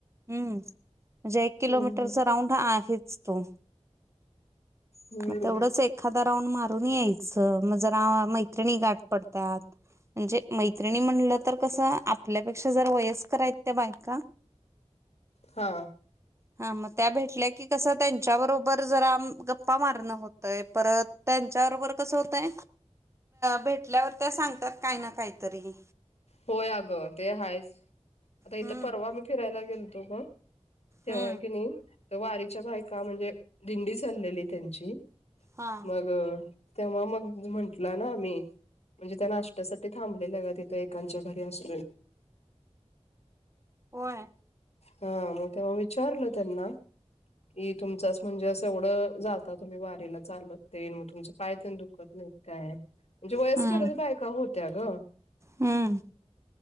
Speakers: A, on the right (about 25°); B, on the left (about 65°).
A: हम्म, म्हणजे एक किलोमीटरचा
B: हम्म
A: राऊंड आहेच तो.
B: हम्म
A: मग तेवढंच एक एखादा राऊंड मारून यायचं, मग जरा मैत्रिणी गाठ पडतात म्हणजे मैत्रिणी म्हणलं तर कसं आपल्यापेक्षा जर वयस्कर हा य त्या बायका
B: हा.
A: हा मग त्या भेटल्या की कसं त्यांच्या बरोबर जरा गप्पा मारणं होतंय परत त्यांच्या बरोबर कसं होतंय भेटल्यावर त्या सांगतात काही ना काहीतरी.
B: होय आगं ते हायच, आता
A: हम्म
B: इथं परवा मी फिरायला गेलतो ग तेव्हा
A: हम्म
B: आहे की नाही तर वारीच्या बायका म्हणजे दिंडी चाललेली त्यांची
A: हा
B: मग तेव्हा मग म्हंटलं ना आम्ही म्हणजे त्या नाश्त्यासाठी थांबलेल्या ग तिथं एक त्यांच्या घरी अस
A: व
B: हा मग तेव्हा विचारलं त्यांना की तुमचच म्हणजे अस एवढं जाता तुम्ही वारीला चालत तेन मग तुमचे पाय तेन दुखत नाहीत काय म्हणजे वयस्करच
A: हम्म
B: बायका होत्या गं
A: हम्म.